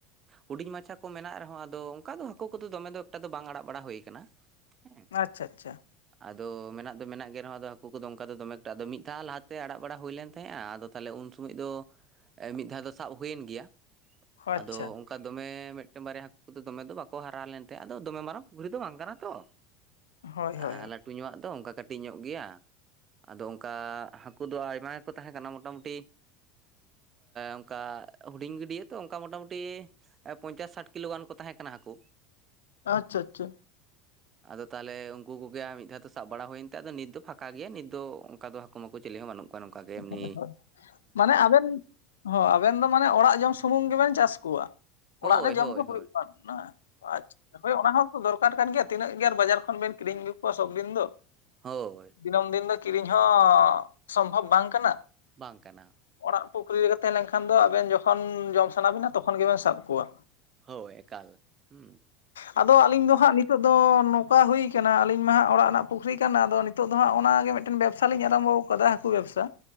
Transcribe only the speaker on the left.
ᱟᱪᱪᱷᱟ ᱟᱪᱪᱷᱟ᱾
ᱟᱪᱪᱷᱟ
ᱦᱳᱭ
ᱦᱳᱭ
ᱦᱳᱭ
ᱟᱪᱪᱷᱟ ᱟᱪᱪᱷᱟ᱾
ᱦᱳᱭ ᱦᱳᱭ ᱢᱟᱱᱮ ᱟᱵᱮᱱ ᱦᱚᱸ ᱟᱵᱮᱱ ᱫᱚ ᱢᱟᱱᱮ ᱚᱲᱟᱜ ᱡᱚᱢ ᱥᱩᱢᱩᱝ ᱜᱮᱵᱮᱱ ᱪᱟᱥ ᱠᱚᱣᱟ᱾
ᱚᱲᱟᱜ ᱨᱮ ᱡᱚᱢ
ᱠᱚ ᱦᱩᱭᱩᱜ
ᱢᱟ ᱟᱪᱪᱷᱟ ᱦᱳᱭ ᱚᱱᱟ ᱦᱚᱸᱼᱼ ᱫᱚᱨᱠᱟᱨ ᱠᱟᱱ ᱜᱮᱭᱟ ᱛᱤᱱᱟᱹᱜ ᱜᱮ ᱟᱨ ᱵᱟᱡᱟᱨ ᱠᱷᱚᱱ ᱵᱮᱱ ᱠᱤᱨᱤᱧ ᱟᱹᱜᱩ ᱠᱚᱣᱟ ᱥᱚᱵᱽᱫᱤᱱ ᱫᱚᱼᱼ
ᱫᱤᱱᱟᱹᱢ ᱫᱤᱱ ᱫᱚ ᱠᱤᱨᱤᱧ ᱦᱚᱸ ᱥᱚᱢᱵᱷᱚᱵ ᱵᱟᱝ ᱠᱟᱱᱟ
ᱚᱲᱟᱜ ᱯᱩᱠᱷᱨᱤᱼᱼ ᱛᱟᱦᱮᱸ ᱞᱮᱱᱠᱷᱟᱱ ᱫᱚ ᱟᱵᱮᱱ ᱡᱚᱠᱷᱚᱱ ᱡᱚᱢ ᱥᱟᱱᱟ ᱵᱤᱱᱟ ᱛᱚᱠᱷᱚᱱ ᱜᱮᱵᱮᱱ ᱥᱟᱵ ᱠᱚᱣᱟ᱾
ᱟᱫᱚ ᱟᱹᱞᱤᱧ ᱫᱚ ᱦᱟᱸᱜ ᱱᱤᱛᱼᱼ ᱱᱤᱛᱚᱜ. ᱫᱚ ᱱᱚᱝᱠᱟ ᱦᱩᱭᱠᱟᱱᱟ ᱟᱹᱞᱤᱧ ᱢᱟ ᱦᱟᱸᱜ ᱚᱲᱟᱜ ᱨᱮᱱᱟᱜ ᱯᱩᱠᱷᱨᱤ ᱠᱟᱱᱟ ᱟᱫᱚ ᱱᱤᱛᱚᱜ ᱫᱚ ᱦᱟᱸᱜ ᱚᱱᱟᱜᱮ ᱢᱤᱫᱴᱮᱱ ᱵᱮᱵᱽᱥᱟᱞᱤᱧ ᱟᱨᱟᱢᱵᱚᱼᱼ ᱦᱟᱹᱠᱩ ᱵᱮᱵᱥᱟ